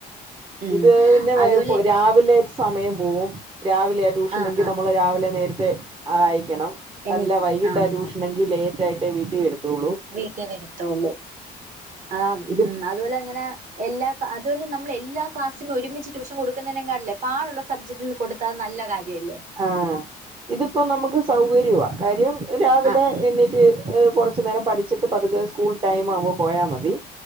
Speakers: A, on the right; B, on the right.
A: ഉം
B: ഇത് പിന്നെ വൈ
A: അതുപോലെ
B: രാവിലെ സമയം പോവും രാവിലെയാ ട്യൂഷനെങ്കിൽ
A: ആഹ് ആഹ്
B: നമ്മള് രാവിലെ നേരത്തെ ആ അയക്കണം
A: എനി
B: അല്ല വൈകിട്ട്
A: ആഹ്
B: ആ ട്യൂഷനെങ്കിൽ ലേറ്റായിട്ടേ വീട്ടിൽ വരത്തുള്ളൂ
A: വീട്ടിൽ വരുത്തുള്ളൂ ആഹ്
B: ഇത്
A: ഉം അതുപോലെ അങ്ങനെ എല്ലാ ക്ളാ അതുപോല നമ്മളെ എല്ലാ ക്ലാസിനും ഒരുമിച്ച് ട്യുഷ കൊടുക്കുന്നതിനേക്കാളും പാടുള്ള സബ്ജക്റ്റ്ന് കൊടു ത്താ നല്ല കാര്യംല്ലേ
B: ആഹാ ഇതിപ്പോ നമുക്ക് സൗകര്യവാ കാര്യം രാവിലെ
A: ആഹ്
B: എണ്ണീറ്റ് കൊറച്ചു നേരം പഠിച്ചിട്ട് പതുക്കെ സ്കൂൾ ടൈം ആവുമ്പോ പോയാൽ മതി